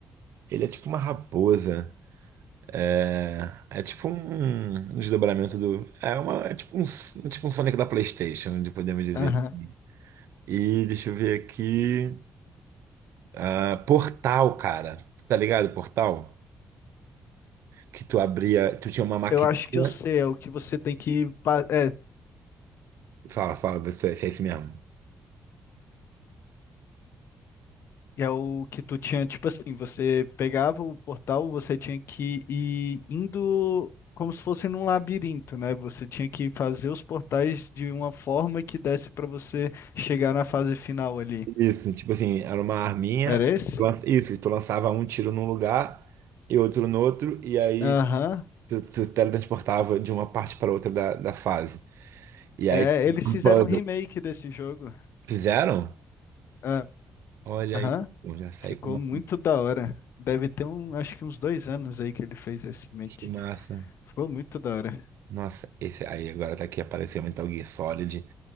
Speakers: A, on the right; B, on the left.
A: Ele é tipo uma raposa. É, é tipo um um desdobramento do. É, uma... é tipo um... tipo um Sonic da PlayStation, de podemos dizer.
B: Aham.
A: E deixa eu ver aqui. Ah, Portal, cara. Tá ligado? Portal? Que tu abria, tu tinha uma maquininha.
B: Eu acho que eu sei, é o que você tem que. pa- É,
A: Fala, fala, vê se é se é isso mesmo.
B: É o que tu tinha, tipo assim, você pegava o portal, você tinha que ir indo como se fosse num labirinto, né? Você tinha que fazer os portais de uma forma que desse pra você chegar na fase final ali.
A: Isso, tipo assim, era uma arminha.
B: Era esse?
A: lan- Isso, tu lançava um tiro num lugar e outro no outro, e aí
B: Aham.
A: tu, tu teletransportava de uma parte para outra da, da fase. E aí,
B: É, eles
A: um
B: fizeram
A: puzzle.
B: um remake desse jogo.
A: Fizeram?
B: Ah,
A: Olha
B: Aham.
A: aí, pô, já saí
B: Ficou
A: com uma.
B: muito da hora. Deve ter um, acho que uns dois anos aí que ele fez esse remake.
A: Que massa.
B: Ficou muito da hora.
A: Nossa, esse aí agora tá aqui apareceu Metal Gear Solid.